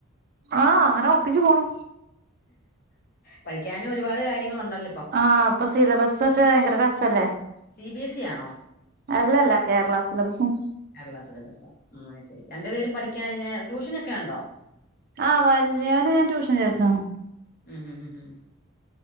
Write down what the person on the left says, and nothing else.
പഠിക്കാനും ഒരുപാട് കാര്യങ്ങളുണ്ടല്ലോ ഇപ്പൊ
സി ബി എസ് ഇ ആണോ
കേരള സിലബസോ ഉം ശെരി രണ്ട് പേരും പഠിക്കാൻ ഇങ്ങനെ ട്യൂഷനൊക്കെ ഉണ്ടോ
ഉം ഉം ഉം ഉം